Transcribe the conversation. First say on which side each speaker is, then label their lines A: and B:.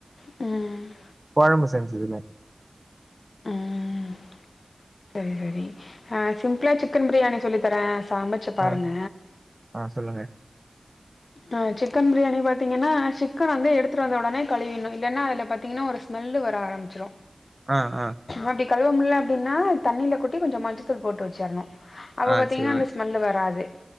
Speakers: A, on the left; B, on the right.
A: ம்
B: கொழம்பு செஞ்சதில்ல
A: ம் சரி சரி ஆ சிம்ப்புளா சிக்கன் பிரியாணி சொல்லி தர சாமச்சு பாருங்க
B: ஆ ஆ சொல்லுங்க
A: ஆ சிக்கன் பிரியாணி பாத்தீங்கன்னா சிக் கன வந்து எடுத்துட்டு வந்தொடனே கழுவிண்ணு இல்லன்னா அதுல பாத்தீங்கன்னா ஒரு ஸ்மெல்லு வர ஆரம்பிச்சிரு
B: ஆ ஆ
A: அப்டி கழுவமுல்ல அப்டின்னா தண்ணில கொட்டி கொஞ்சொ மஞ்சத் தூள் போட்டு வச்சிர்ணு அப்ப
B: ஆ
A: பாத்தீங்கன்னா
B: செரி
A: அந்த ஸ்மெல்லு வராது